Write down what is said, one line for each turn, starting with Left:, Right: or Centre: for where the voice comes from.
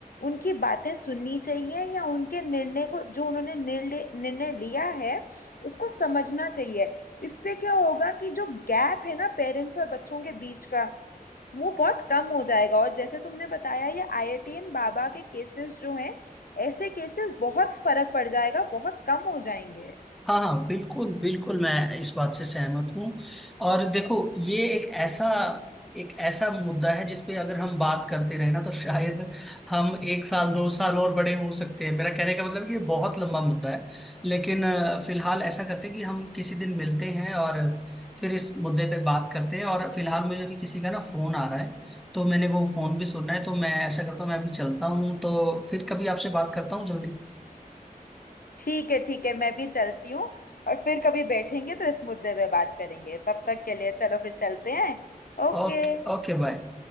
Left: उनकी बातें सुननी चाहिए या उनके निर्णय को जो उन्होंने निर्णय निर्णय लिया है उसको समझना चाहिए इससे क्या होगा कि जो गैप है ना पेरेंट्स और बच्चों के बीच का वो बहुत कम हो जाएगा और जैसे तुमने बताया ये आईआईटीएन बाबा के केसेस जो हैं ऐसे केसेस बहुत फर्क पड़ जाएगा बहुत कम हो जाएंगे
Centre: हाँ हाँ बिल्कुल बिल्कुल मैं इस बात से सहमत हूँ और देखो ये एक ऐसा एक ऐसा मुद्दा है जिसपे अगर हम बात करते रहे ना तो शायद हम एक साल दो साल और बड़े हो सकते हैं मेरा कहने का मतलब है कि ये बहुत लंबा मुद्दा है लेकिन अ, फिलहाल ऐसा करते हैं कि हम किसी दिन मिलते हैं और फिर इस मुद्दे पे बात करते हैं और फिलहाल मुझे अभी किसी का ना फोन आ रहा है तो मैंने वो फोन भी सुनना है तो मैं ऐसा करता हूँ मैं अभी चलता हूँ तो फिर कभी आपसे बात करता हूँ जल्दी
Left: ठीक है ठीक है मैं भी चलती हूँ और फिर कभी बैठेंगे तो इस मुद्दे पे बात करेंगे तब तक के लिए चलो फिर चलते हैं ओके
Centre: Okay okay bye